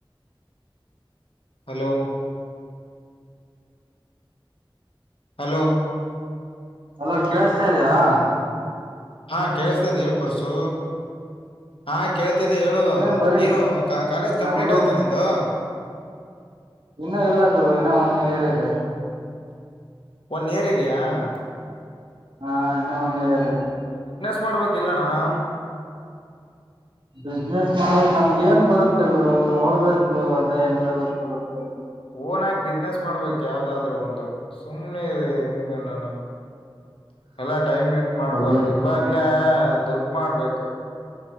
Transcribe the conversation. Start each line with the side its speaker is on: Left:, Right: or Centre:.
Left: ಹಲೋ! <inaudible> ಹಲೋ. <inaudible>
Right: ಅಲೋ, ಕೇಳಸ್ತಾ, ಇದಿಯಾ? <inaudible>
Left: ಹಾ, ಕೇಳಿಸತಿದೆ! ಹೇಳು, ಪರ್ಸು, ಹಾ. <inaudible> ಕೇಳ್ತಿದ್ದೆ, ಹೇಳು!
Right: ನೀನೇನ್ ಬರೀ
Left: ಏನು, ಕಾಲೇಜ್ ಕಂಪ್ಲೀಟ್
Right: ನಮ್ ರೂಮ್
Left: ಆಯ್ತಾ, ನಿಂದು? <inaudible>
Right: ಇನ್ನ, ಇಲ್ಲ ಗುರು! ಇನ್ನ ಒನ್, ಇಯರ್ ಇದೆ? <inaudible>
Left: ಒನ, ಇಯರ್ ಇದೆಯಾ? <inaudible>
Right: ಹಾ, ಇನ್ನು, ಒನ್, ಇಯರ್ ಇದೆ? <inaudible>
Left: ಮುಟ್ಟು, ನೋಡು, ಮಾಡ್ಬೇಕಿಲ್ಲಣ್ಣ? <inaudible>
Right: ಬಿಸ್ನೆಸ್, ಮಾಡಬೇಕ್! ನಮ್ಗೆ, ಏನ್ ಬರುತ್ತೆ ಗುರು, ನೋಡ್ಬೇಕು, ಅದೇ, ಹೆಂಗ, ಆಗುತ್ತ ಗೊತ್ತಿಲ್ಲ? <inaudible>
Left: ಓನಾಗಿ ಬಿಸ್ನೆಸ್ ಮಾಡ್ಬೇಕ್! ಯಾವ್ದಾದ್ರೂ ಒಂದು, ಸುಮ್ನೆ, ಹೆಂಗನಾನು? <inaudible> ಎಲ್ಲ, ಟೈಮ್ ವೇಸ್ಟ್, ಮಾಡಬಾರದು,
Right: ಅದೇ
Left: ಇವಾಗ್ಲೇ? <inaudible> ಹಾ, ದುಡ್, ಮಾಡ್ಬೇಕು? <inaudible>